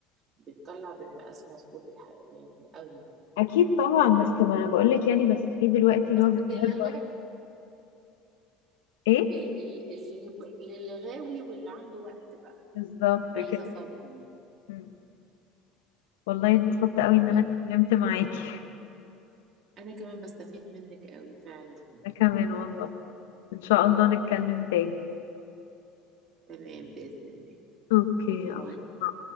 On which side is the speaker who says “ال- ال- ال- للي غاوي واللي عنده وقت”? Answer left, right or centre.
Right